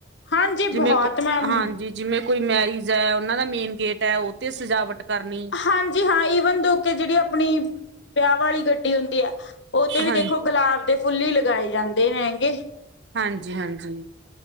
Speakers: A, on the left; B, on the right.
A: ਹਾਂਜੀ
B: ਜਿਵੇਂ,
A: ਬਹੁਤ
B: ਕੋ
A: ਮੈਮ
B: ਹਾਂਜੀ। ਜਿਵੇਂ ਕੋਈ ਮੈਰਿਜ ਹੈ ਉਹਨਾਂ ਦਾ ਮੇਨ ਗੇਟ ਹੈ ਉਥੇ ਸਜਾਵਟ ਕਰਨੀ।
A: ਹਾਂਜੀ ਹਾਂ। ਈਵਨ ਤੋਂ ਅੱਗੇ ਜਿਹੜੀ ਆਪਣੀਂ ਵਿਆਹ ਵਾਲ਼ੀ ਗੱਡੀ ਹੁੰਦੀਂ ਹੈਂ। ਓ ਤੇ ਵੀ
B: ਹਾਂ
A: ਦੇਖੋ ਗੁਲਾਬ ਦੇ ਫੁੱਲ ਈ ਲਗਾਏ ਜਾਂਦੇ ਨੇ ਐਂਗੇ।
B: ਹਾਂਜੀ ਹਾਂਜੀ,